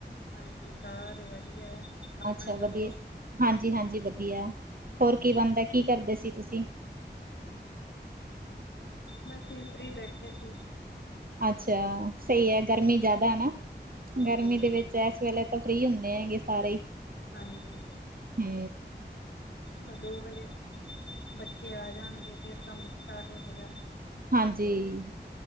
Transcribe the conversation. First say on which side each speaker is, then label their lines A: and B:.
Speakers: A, on the left (about 70°); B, on the right (about 50°).
A: ਹਾਂਜੀ, ਸਾਰੇ ਵਧੀਆ। ਆਪਣੇ
B: ਅੱਛਾ,
A: ਦੱਸੋ?
B: ਵਧੀਆ ਹਾਂਜੀ- ਹਾਂਜੀ ਵਧੀਆ। ਹੋਰ ਕੀ ਬਣਦਾ, ਕੀ ਕਰਦੇ ਸੀ ਤੁਸੀਂ?
A: ਬਸ ਜੀ, ਫਰੀ ਬੈਠੇ ਸੀ।
B: ਅੱਛਾ, ਸਈ ਏ ਗਰਮੀ ਜ਼ਿਆਦਾ ਨਾ,
A: ਹਾਂਜੀ-ਹਾਂਜੀ।
B: ਗਰਮੀ ਦੇ ਵਿੱਚ ਤੇ ਐਸ ਵੇਲੇ ਤਾਂ ਫਰੀ ਹੁੰਨੇ ਹੈਗੇ ਸਾਰੇ ਹੀ।
A: ਹਾਂਜੀ।
B: ਹੂੰ।
A: ਬਸ ਦੋ ਵਜੇ ਬੱਚੇ ਆ ਜਾਣਗੇ ਤੇ ਕੰਮ ਸਟਾਟ ਹੋਜੇਗਾ।
B: ਹਾਂਜੀ,